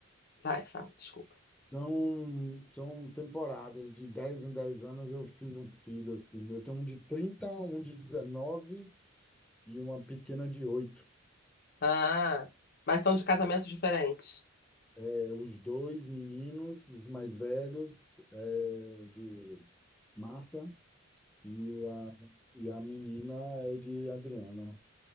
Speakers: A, on the left; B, in the centre.
A: vai, fala, desculpa.
B: São, são temporadas, de 10 em 10 anos eu fiz um filho assim. Eu tenho um de trinta um de 19 e uma pequena de oito
A: Ah, mas são de casamentos diferentes.
B: É, os dois meninos, os mais velhos, é de Márcia e a, e a menina é de Adriana.